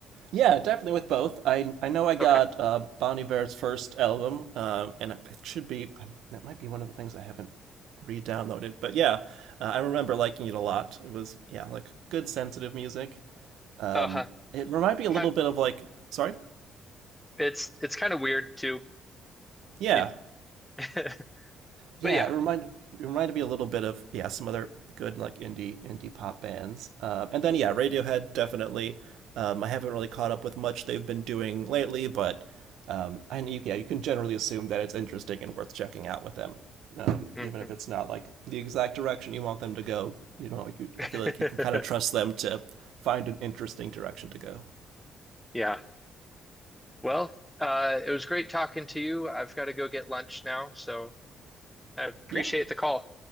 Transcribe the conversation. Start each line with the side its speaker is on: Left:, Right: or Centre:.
Right: Yeah, definitely with both. I I know I got
Centre: Okay.
Right: uh, Bon Iver's first album, um, and it should be um, that might be one of the things I haven't re-downloaded. But yeah, uh, I remember liking it a lot. It was yeah, like good sensitive music. Um,
Centre: Uh-huh.
Right: it reminded me a
Centre: Kind
Right: little bit of like sorry,
Centre: it's it's kind of weird too.
Right: yeah,
Centre: It- <laughs>
Right: Yeah,
Centre: but yeah.
Right: it reminded it reminded me a little bit of yeah some other good like indie indie pop bands, um, and then yeah Radiohead definitely. Um, I haven't really caught up with much they've been doing lately, but um, and you, yeah, you can generally assume that it's interesting and worth checking out with them, um,
Centre: hmm
Right: even if it's not like the exact direction you want them to go. You know, like you, I
Centre: <laughs>
Right: feel like you can kind of trust them to find an interesting direction to go.
Centre: Yeah. Well, uh, it was great talking to you. I've got to go get lunch now, so I appreciate
Right: Yeah,
Centre: the call.